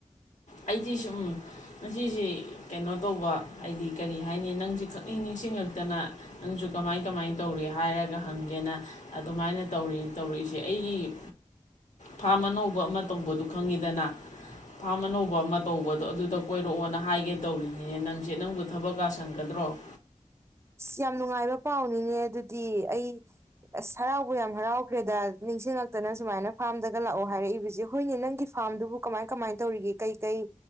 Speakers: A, on the left; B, on the right.
A: ꯑꯩꯗꯤ ꯁꯨꯝ ꯉꯁꯤꯁꯤ ꯀꯩꯅꯣ ꯇꯧꯕ ꯍꯥꯏꯗꯤ ꯀꯔꯤ ꯍꯥꯏꯅꯤ ꯅꯪꯁꯤ ꯈꯛꯅꯤꯡ ꯅꯤꯡꯁꯤꯡꯉꯛꯇꯅ ꯅꯪꯁꯨ ꯀꯃꯥꯏ ꯀꯃꯥꯏ ꯇꯧꯔꯤ ꯍꯥꯏꯔꯒ ꯍꯪꯒꯦꯅ ꯑꯗꯨꯃꯥꯏꯅ ꯇꯧꯔꯤ ꯇꯧꯔꯛꯏꯁꯦ ꯑꯩꯒꯤ ꯐꯥꯝ ꯑꯅꯧꯕ ꯑꯃ ꯇꯧꯕꯗꯨ ꯈꯪꯉꯤꯗꯅ ꯐꯥꯝ ꯑꯅꯧꯕ ꯑꯃ ꯇꯧꯕꯗꯣ ꯑꯗꯨꯗ ꯀꯣꯏꯔꯛꯑꯣꯅ ꯍꯥꯏꯒꯦ ꯇꯧꯔꯤꯅꯦ ꯅꯪꯁꯦ ꯅꯪꯕꯨ ꯊꯕꯛ ꯀꯥ ꯁꯡꯒꯗ꯭ꯔꯣ
B: ꯑꯁ ꯌꯥꯝ ꯅꯨꯡꯉꯥꯏꯕ ꯄꯥꯎꯅꯤꯅꯦ ꯑꯗꯨꯗꯤ ꯑꯩ ꯑꯁ ꯍꯔꯥꯎꯕꯨ ꯌꯥꯝ ꯍꯔꯥꯎꯈ꯭ꯔꯦꯗ ꯅꯤꯡꯁꯤꯡꯉꯛꯇꯅ ꯁꯨꯃꯥꯏꯅ ꯐꯥꯔꯝꯗꯒ ꯂꯥꯛꯑꯣ ꯍꯥꯏꯔꯛꯏꯕꯁꯦ ꯍꯣꯏꯅꯦ ꯅꯪꯒꯤ ꯐꯥꯔꯝꯗꯨꯕꯨ ꯀꯃꯥꯏ ꯀꯃꯥꯏꯟ ꯇꯧꯔꯤꯒꯦ ꯀꯩꯀꯩ